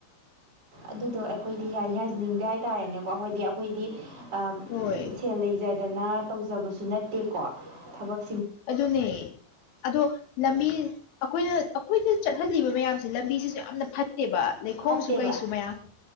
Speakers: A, on the right (about 20°); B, on the left (about 90°).
A: ꯑꯗꯨꯗꯣ ꯑꯩꯈꯣꯏꯗꯤ ꯌꯥꯖꯅꯤꯡꯗꯦ ꯍꯥꯏꯇꯥꯔꯦꯅꯦꯀꯣ ꯍꯣꯏꯗꯤ ꯑꯩꯈꯣꯏꯗꯤ ꯑꯥ
B: ꯍꯣꯏ
A: ꯁꯦꯜ ꯂꯩꯖ ꯗꯅ ꯇꯧꯖꯕꯁꯨ ꯅꯠꯇꯦꯀꯣ ꯊꯕꯛ
B: ꯑꯗꯨꯅꯦ ꯑꯗꯣ ꯂꯝꯕꯤ ꯑꯩꯈꯣꯏꯅ ꯑꯩꯈꯣꯏꯗ ꯆꯠꯍꯜꯂꯤꯕ ꯃꯌꯥꯝꯁꯦ ꯂꯝꯕꯤꯁꯤꯁꯨ ꯌꯥꯝꯅ ꯐꯠ ꯐꯠꯇ‌ꯦꯕ ꯂꯩꯈꯣꯝꯁꯨ
A: ꯐꯠꯇꯦꯕ
B: ꯀꯩꯁꯨꯨ ꯃꯌꯥꯝ